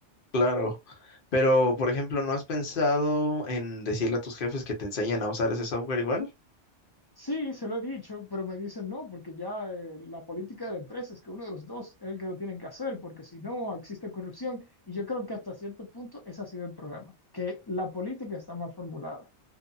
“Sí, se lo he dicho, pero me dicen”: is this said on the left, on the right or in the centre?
Left